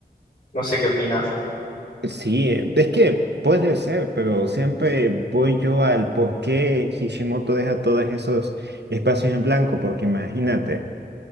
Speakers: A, on the left; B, on the right.
A: No sé qué opinas.
B: Sí, eh, es que puede ser, pero siempre voy yo al por qué Hishimoto deja todos esos espacios en blanco, porque imagínate.